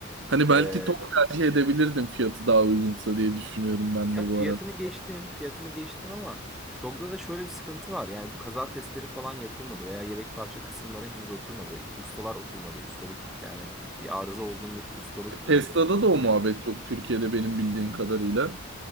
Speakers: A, on the right; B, in the centre.
A: Hani belki
B: Ee,
A: Tok tercih edebilirdim fiyatı daha uygunsa diye düşünüyorum ben
B: ya
A: de
B: fiyatını
A: bu arada.
B: geçtim, fiyatını geçtim ama TOG'da da şöyle bir sıkıntı var. Yani bu kaza testleri falan yapılmadı veya yedek parça kısımları henüz oturmadı. Ustalar oturmadı. Ustalık yani bir arıza olduğundaki ustalık
A: Tesla'da
B: oturmadı bence.
A: da o muhabbet yok Türkiye'de benim bildiğim kadarıyla.